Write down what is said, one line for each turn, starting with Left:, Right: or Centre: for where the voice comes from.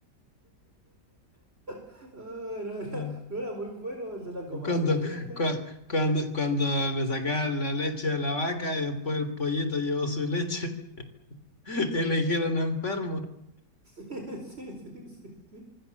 Right: Ah, No era,
Left: pues.
Right: no era muy bueno el de la comadreja.
Left: Cuando, cua- cuando, cuando le sacaban la leche de la vaca y después el pollito llevó su leche <laughs> y le dijeron enfermo.
Right: <laughs> Sí, sí, sí, sí.